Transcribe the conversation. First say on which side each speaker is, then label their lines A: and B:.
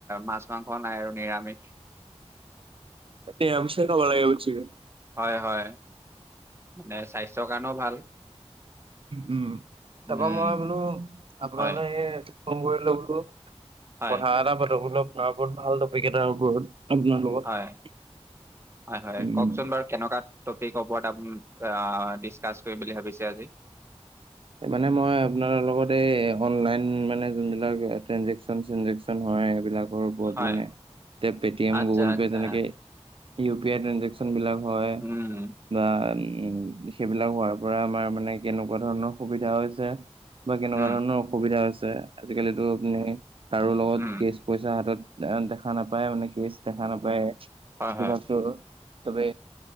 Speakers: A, on the right; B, on the right.
A: মাছ মাংস নাই আৰু নিৰামিষ।
B: নিৰামিষ খাব লাগে হৈছি।
A: হয় হয়, মানে স্বাস্থ্যৰ কাৰণেও ভাল।
B: উম
A: উম
B: তাৰাপা মই বোলো আপোনালৈ
A: হয়
B: ফোন কৰি লওঁ বোলো।
A: হয়
B: কথা এটা পাতো বোলো, আপোনাৰ লগত ভাল টপিক এটাৰ ওপৰত। আপনাৰ লগত
A: হয় হয় হয়
B: উম্।
A: কওকচোন বাৰু কেনেকুৱা টপিকৰ ওপৰত আ্ ডিছ-কাছ কৰিম বুলি ভাবিছে আজি।
B: মানে মই আপোনাৰ লগত, এই অনলাইন মানে যোনবিলাক ট্ৰেনজেকচন চেনজেকচন হয়, এইবিলাক। বোৰ ওপৰত
A: হয়
B: মানে, পেটিয়েম,
A: আচ্ছা
B: গো'গলপে
A: আচ্ছা
B: তেনেকে ইউপি আই ট্ৰেঞ্জেক চন কোনবিলাক হয়
A: উম
B: বা উম্, সেইবিলাক হোৱাৰ পৰা আমাৰ মানে কেনেকুৱা ধৰণৰ অসুবিধা হৈছে বা কেনেকুৱা
A: উম
B: ধৰণৰ অসুবিধা হৈছে, আজিকালিতো আপুনি কাৰো লগত
A: উম
B: কেচ পইচা হাতত দেখা নাপায় মানে, কেচ দেখা নাপায়।
A: হয়
B: যি
A: হয়
B: ভাবিছোঁ, চবে